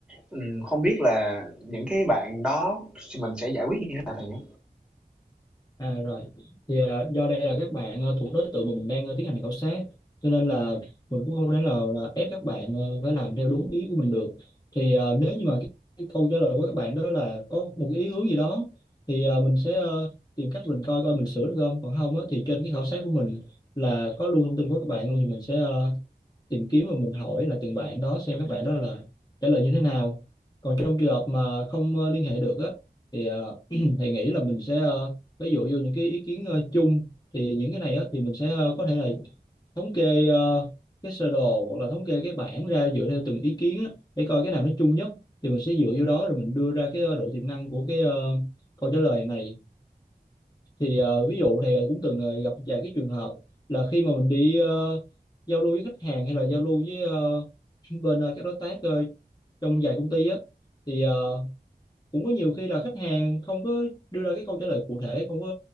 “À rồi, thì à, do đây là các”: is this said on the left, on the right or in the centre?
Left